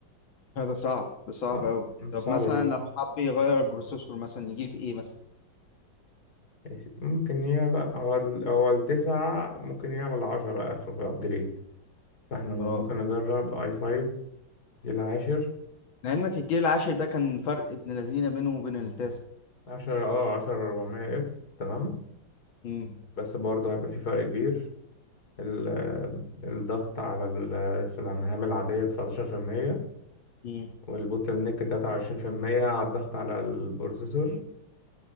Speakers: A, on the left; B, on the left.
A: هذا صعب ده صعب
B: آه،
A: أوي
B: ده
A: طب
B: صعب
A: مثلا
B: جدا
A: لو حب يغير البروسيسور مثلا يجيب ايه مثلا
B: ماشي. ممكن يعلى هو ال- هو التسعة ممكن يعلى العشرة آخره في الأبجريد فاحنا ممكن
A: اه
B: نجرب اي فايف دي العاشر
A: لعلمك الجيل العاشر ده كان فرق ابن لذينه بينه وبين التاسع
B: عشرة اه عشرة أربعمية اف تمام
A: امم
B: بس برضه هيبقى في فرق كبير ال- الضغط على ال- في المهام العادية 19%
A: امم
B: والبوتل نيك 23% على الضغط على البروسيسور